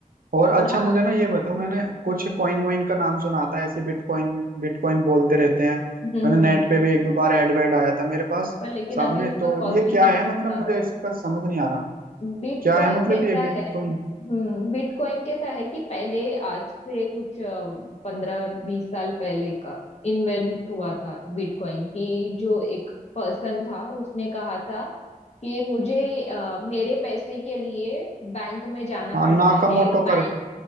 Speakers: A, on the right; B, on the left.
A: और
B: थोड़ा
A: अच्छा मुझे ना ये बताओ मैंने कुछ
B: हम्म
A: कॉइन वॉइन का नाम सुना था ऐसे बिटकॉइन बिटकॉइन बोलते रहते हैं
B: हम्म
A: मैंने
B: हम्म,
A: नेट पे भी एक दो बार एड वेड आया था मेरे पास
B: पर लेकिन
A: सामने
B: अभी उसका
A: तो
B: कॉस्टिंग
A: ये क्या है
B: बहुत
A: मतलब
B: ज्यादा
A: मुझे
B: है
A: इसका समझ नहीं आ रहा
B: बिटकॉइन
A: क्या है मतलब
B: कैसा
A: ये बिटकॉइन
B: है हम्म बिटकॉइन कैसा है कि पहले आज से कुछ पंद्रह बीस साल पहले का इन्वेंट हुआ था बिटकॉइन की जो एक पर्सन था उसने कहा था कि मुझे अ, मेरे पैसे के लिए बैंक में जाना
A: हाँ
B: पड़ता
A: नाकामोटो
B: है बैंक
A: कर